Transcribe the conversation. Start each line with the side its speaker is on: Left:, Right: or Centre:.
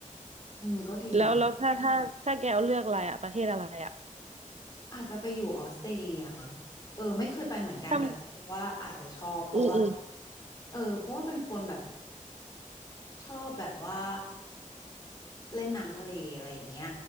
Left: อืมก็ดีเนาะ
Right: แล้วแล้วถ้าถ้าถ้าแกเอาเลือกอะไรอ่ะประเทศอะไรอ่ะ
Left: อาจจะไปอยู่ออสเตรเลียมั้งเออไม่เคยไปเหมือนกันแต่รู้สึกว่าอาจจะชอบเพราะว่า
Right: ทำอืมอืม
Left: เออเพราะว่าเป็นคนแบบ ชอบแบบว่าเล่นน้ำทะเลอะไรอย่างเงี้ย